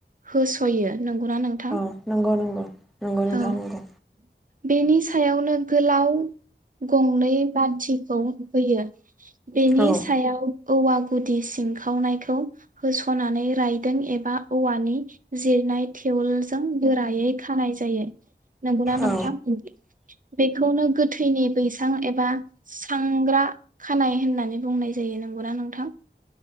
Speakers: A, on the right; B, in the centre.
A: होस'यो नंगौना नोंथां?
B: औ नंगौ नंगौ नंगौ नोंथा
A: औ
B: नंगौ
A: बेनि सायावनो गोलाव गंनै बाथिखौ होयो बेनि
B: औ
A: सायाव औवा गुदि सिंखावनायखौ होस'नानै रायदों एबा औवानि जिरनाय थेवलजों गोरायै खानाय जायो। नंगौना नोंथां
B: औ
A: बेखौनो गोथैनि बैसां एबा सांग्रा खानाय होननानै बुंनाय जायो नंगौना नोंथां?